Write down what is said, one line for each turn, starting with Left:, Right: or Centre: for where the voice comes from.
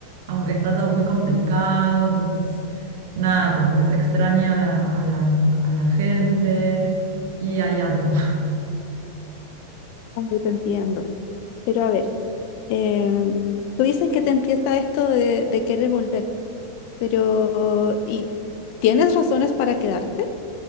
Right: aunque está todo muy complicado, entonces nada, como que se extraña a la, a la, a la gente y ahí ando. <laughs>
Left: Aunque te entiendo. Pero a ver, eh, tú dices que te empieza esto de, de querer volver, pero ¿y tienes razones para quedarte?